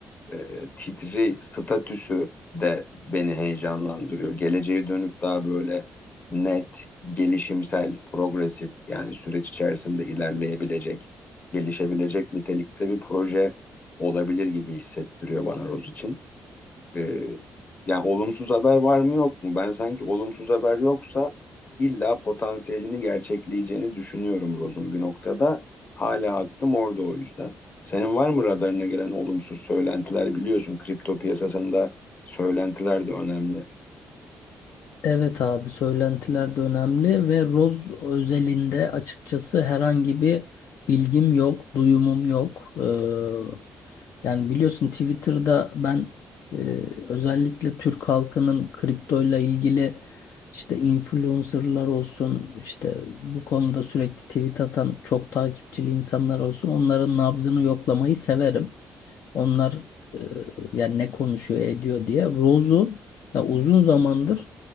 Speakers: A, on the left (about 40°); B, on the left (about 70°).
A: e, titri, statüsü de beni heyecanlandırıyor. Geleceğe dönük daha böyle net, gelişimsel, progresif yani süreç içerisinde ilerleyebilecek, gelişebilecek nitelikte bir proje olabilir gibi hissettiriyor bana Roz için. Ee, yani olumsuz haber var mı yok mu? Ben sanki olumsuz haber yoksa illa potansiyelini gerçekleyeceğini düşünüyorum Roz'un bir noktada. Hala aklım orada o yüzden. Senin var mı radarına gelen olumsuz söylentiler? Biliyorsun kripto piyasasında söylentiler de önemli.
B: Evet abi söylentiler de önemli ve Roz özelinde açıkçası herhangi bir bilgim yok, duyumum yok. Ee, yani biliyorsun Twitter'da ben e, özellikle Türk halkının kriptoyla ilgili işte influencerlar olsun, işte bu konuda sürekli tweet atan çok takipçili insanlar olsun onların nabzını yoklamayı severim. Onlar e, yani ne konuşuyor ediyor diye. Rose'u ya uzun zamandır